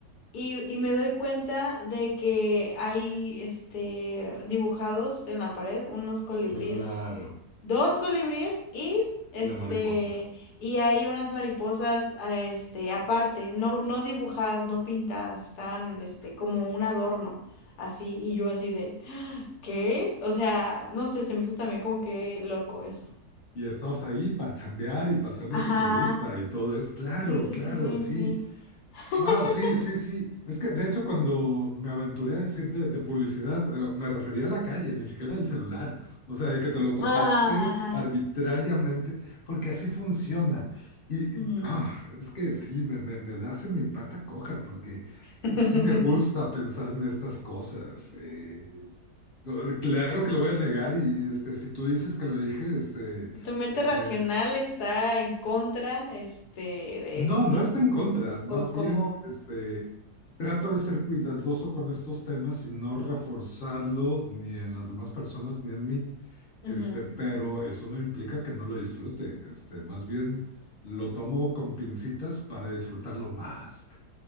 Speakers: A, on the left (about 75°); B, on the left (about 40°).
A: y, y me doy cuenta de que hay este, dibujados en la pared unos colibríes
B: Claro,
A: dos colibríes y este
B: la mariposa.
A: y hay unas mariposas ah, este aparte, no no dibujadas, no pintadas, estaban este como un adorno así y yo así de "Ah, ¿qué? O sea, no sé, se me hizo también como que loco eso.
B: Y estabas ahí para chambear y para hacer lo
A: Ajá.
B: que te gusta y todo eso. Claro,
A: Sí, sí,
B: claro,
A: sí, sí,
B: sí.
A: sí. <laughs>
B: Wow, sí, sí, sí. Es que de hecho cuando me aventuré a decir de, de publicidad, eh, me refería a la calle, ni siquiera del celular. O sea, de que te lo topaste
A: Ah, Ajá.
B: arbitrariamente, porque así funciona. Y
A: Ujú.
B: ah, es que sí, me, me, me das en mi pata coja, porque
A: <laughs>
B: sí me gusta pensar en estas cosas. eh, No, Claro que lo voy a negar y este, si tú dices que lo dije, este,
A: ¿Tu mente
B: eh,
A: racional está en contra este de
B: no,
A: esto
B: no está en contra,
A: o
B: más
A: como
B: bien este, trato de ser cuidadoso con estos temas y no reforzarlo ni en las demás personas ni en mí,
A: <laughs>
B: este, pero eso no implica que no lo disfrute, este, más bien lo tomo con pincitas para disfrutarlo más.